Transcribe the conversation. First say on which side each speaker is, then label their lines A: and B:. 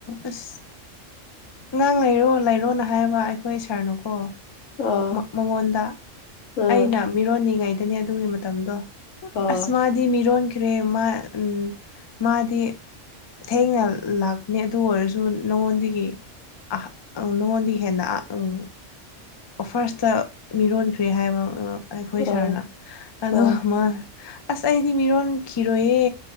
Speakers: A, on the left; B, on the left.
A: ꯑꯁ ꯑꯉꯥꯡ ꯂꯩꯔꯣ ꯂꯩꯔꯣꯅ ꯍꯥꯏꯕ ꯑꯩꯈꯣꯏ ꯁꯥꯔꯅꯀꯣ
B: ꯑꯥ
A: ꯃ ꯃꯉꯣꯟꯗ
B: ꯎꯝ
A: ꯑꯩꯅ ꯃꯤꯔꯣꯟꯅꯤꯉꯩꯗꯅꯦ ꯑꯗꯨꯒꯤ ꯃꯇꯝꯗꯣ
B: ꯑꯥ
A: ꯑꯁ ꯃꯥꯗꯤ ꯃꯤꯔꯣꯟꯈ꯭ꯔꯦ ꯃꯥ ꯎꯝ ꯃꯥꯗꯤ ꯊꯦꯡꯅ ꯂꯥꯛꯄꯅꯦ ꯑꯗꯨ ꯑꯣꯏꯔꯁꯨ ꯅꯉꯣꯟꯗꯒꯤ ꯑꯍꯥ ꯑ ꯅꯉꯣꯟꯗꯤ ꯍꯦꯟꯅ ꯑꯥ ꯎꯝ ꯐꯥꯔꯁꯇ ꯃꯤꯔꯣꯟꯈ꯭ꯔꯦ ꯍꯥꯏꯕ ꯑꯩꯈꯣꯏ ꯁꯥꯔꯅ
B: ꯑꯥ
A: ꯑꯗꯣꯒ
B: ꯑꯥ
A: ꯃꯥꯅ ꯑꯁ ꯑꯩꯗꯤ ꯃꯤꯔꯣꯟꯈꯤꯔꯣꯏꯌꯦ